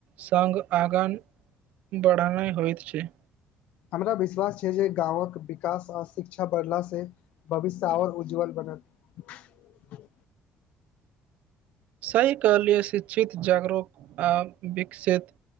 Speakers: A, on the right (about 75°); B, on the left (about 75°).
A: सङ्ग आग गाँ बढ़ेनाइ होइत छै
B: हमरा विश्वास छै जे गाँंवक विकास आ शिक्षा बढ़ला से भविष्य आओर उज्जवल बढ़ <inaudible>
A: सही कहलीअई शिक्षित जागरूक आ विकसित